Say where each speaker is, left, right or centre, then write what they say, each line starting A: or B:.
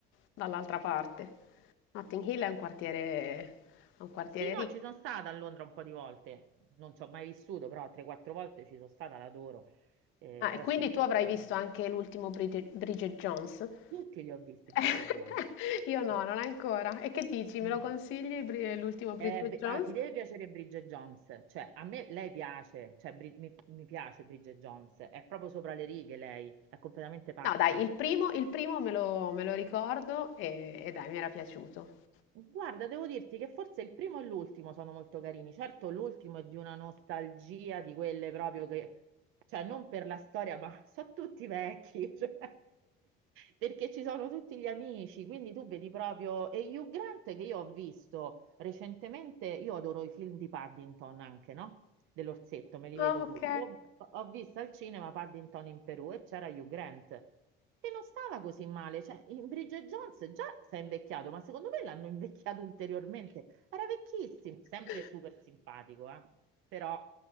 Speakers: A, on the left (about 70°); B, on the right (about 70°).
A: dall'altra parte. Notting Hill è un quartiere, è un quartiere
B: Sì, no,
A: ricco.
B: ci sono stata a Londra un po' di volte, non ci ho mai vissuto, però 3-4 volte ci sono stata, l'adoro. Eh,
A: Ah,
B: adesso
A: e quindi
B: purtroppo
A: tu avrai visto
B: non...
A: anche l'ultimo Brid- Bridget Jones?
B: tutti li ho visti
A: <laughs>
B: Bridget Jones.
A: Io no,
B: Sì.
A: non ancora. E che dici?
B: No.
A: Me lo consigli Bri- l'ultimo Bridget
B: Eh, beh,
A: Jones?
B: ah, ti deve piacere Bridget Jones, cioè a me lei piace, cioè, Bri- mi, mi piace Bridget Jones, è proprio sopra le righe lei, è completamente pazza.
A: No, dai, il primo, il primo me lo, me lo ricordo e, e dai, mi era piaciuto.
B: Guarda, devo dirti che forse il primo e l'ultimo sono molto carini. Certo, l'ultimo è di una nostalgia di quelle proprio che, cioè, non per la storia, ma <laughs> sono tutti vecchi, <laughs> cioè, perché ci sono tutti gli amici. Quindi tu vedi proprio. E Hugh Grant che io ho visto recentemente, io adoro i film di Paddington anche, no? dell'orsetto, me li
A: Ah,
B: vedo
A: ok.
B: tutti. Ho, ho visto al cinema Paddington in Perù e c'era Hugh Grant, che non stava così male, cioè in Bridget Jones già si è invecchiato, ma secondo me l'hanno invecchiato ulteriormente. Era vecchissimo, sempre
A: <laughs>
B: super simpatico, eh. Però,